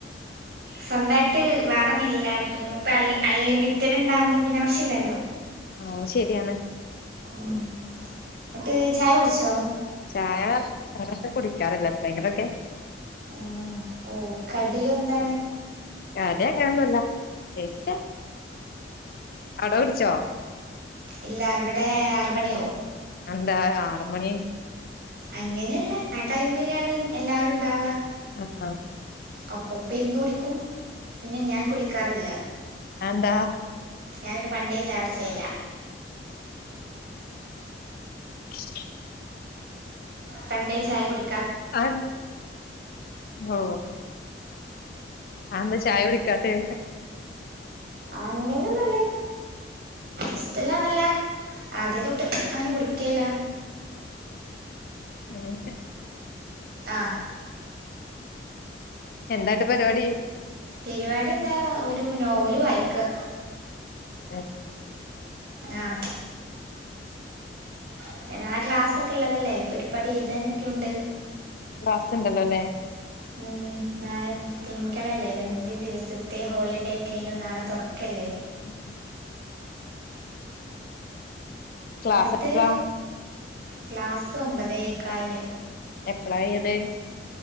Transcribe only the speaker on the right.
സ്വന്തായിട്ട് വേണമെന്നില്ല ഇപ്പോൾ അൺലിമിറ്റഡ് ഉണ്ടാകുമ്പോ പിന്നെ ആവശ്യമില്ലല്ലോ
ഉം എന്നിട്ട് ചായ കുടിച്ചോ
ഉം ഓ കടി എന്താണ്
ഇല്ല ഇവിടെ ആറ് മണിയാവും
അങ്ങനെയല്ല ആ ടൈമിലാണ് എല്ലാവരും ഉണ്ടാവുക
അപ്പപ്പോ ഇരുന്ന് കുടിക്കും പിന്നെ ഞാൻ കുടിക്കാറില്ല
ഞാൻ പിന്നെ പണ്ടേ ചായ കുടിച്ചില്ല
പണ്ടേ ചായ കുടിക്കി
അങ്ങനെയൊന്നും ഇല്ല ഇഷ്ടല്ലന്നല്ല ആദ്യതൊട്ട് അങ്ങനെ കുടിക്കില്ല
ആഹ്
പരിപാടി എന്താ ഒരു നോവല് വായിക്കാ
ആഹ് പിന്നെ നാളെ ക്ലാസ്ഒക്കെ ഉള്ളതല്ലേ ഇപ്പൊൾ ഒരുപാട് എഴുതനൊക്കെ ഉണ്ട്
ഉം നാളെ തിങ്കളല്ലേ രണ്ട് ദിവസത്തെ ഹോളിഡേ ഒക്കെ കഴിഞ്ഞ് നാളെ തുറക്കല്ലേ
എന്നിട്ട്
ക്ലാസ്സ് ഒമ്പതേകാലിന്